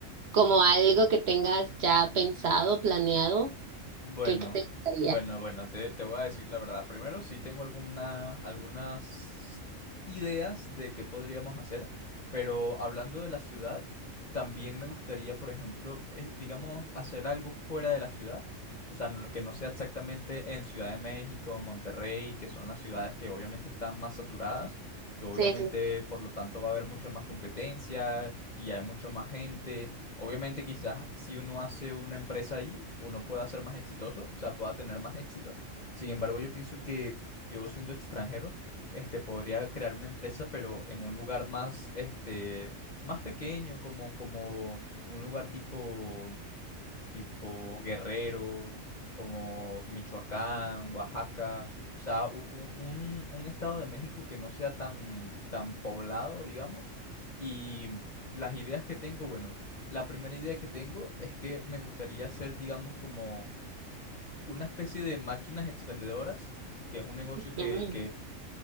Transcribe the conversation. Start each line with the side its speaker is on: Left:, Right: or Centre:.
Right: como algo que tengas ya pensado, planeado,
Left: Bueno,
Right: que, que te gustaría.
Left: bueno, bueno, te, te voy a decir la verdad. Primero, sí tengo alguna, algunas ideas de qué podríamos hacer, pero hablando de la ciudad, también me gustaría, por ejemplo, eh, digamos, hacer algo fuera de la ciudad, o sea, no- que no sea exactamente en Ciudad de México, Monterrey, que son las ciudades que obviamente están más saturadas y que obviamente,
Right: Sí, sí.
Left: por lo tanto, va a haber mucha más competencia y hay mucha más gente. Obviamente quizás si uno hace una empresa ahí, uno pueda ser más exitoso, o sea, pueda tener más éxito. Sin embargo, yo pienso que yo siendo extranjero, este, podría crear una empresa, pero en un lugar más, este, más pequeño, como, como un lugar tipo tipo Guerrero, como Michoacán, Oaxaca, o sea, u- u- un, un estado de México que no sea tan, tan poblado, digamos. Y las ideas que tengo, bueno, la primera idea que tengo es que me gustaría hacer, digamos, como una especie de máquinas expendedoras, que es un negocio que,
Right: Mm,